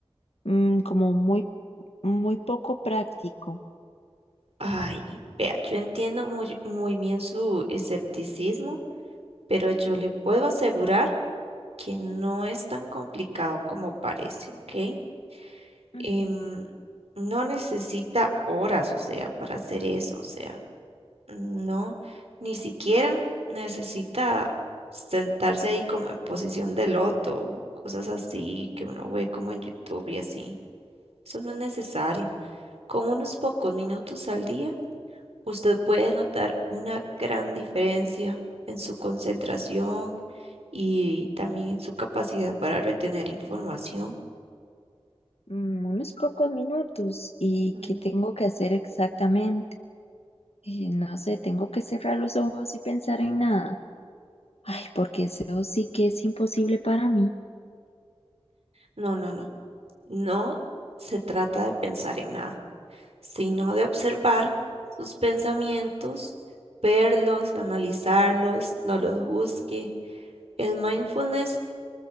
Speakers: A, on the left (about 80°); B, on the right (about 85°).
A: Mm, como muy, muy poco práctico.
B: ay, vea, yo entiendo muy, muy bien su escepticismo, pero yo le puedo asegurar que no es tan complicado como parece, ¿ok?
A: Ujú.
B: Em, no necesita horas, o sea, para hacer eso, o sea. No, ni siquiera necesita sentarse ahí como en posición de loto, cosas así que uno ve como en YouTube y así. Eso no es necesario. Con unos pocos minutos al día, usted puede notar una gran diferencia en su concentración y también en su capacidad para retener información.
A: Mm, unos pocos minutos. ¿Y
B: Ujú.
A: qué tengo que hacer exactamente? Eh, no sé, tengo que cerrar los ojos y pensar en nada. Ay, porque eso sí que es imposible para mí.
B: No, no, no. No se trata de pensar en nada. sino de observar sus pensamientos, verlos, analizarlos, no los juzgue. El mindfulness